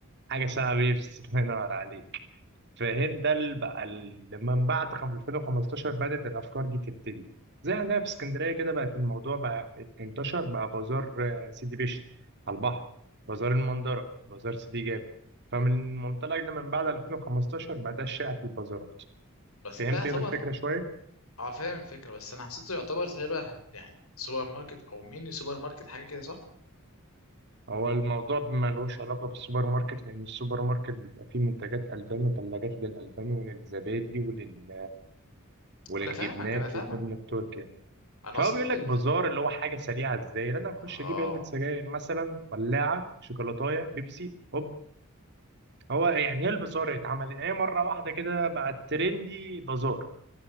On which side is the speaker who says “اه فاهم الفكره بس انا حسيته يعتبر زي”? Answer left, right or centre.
Left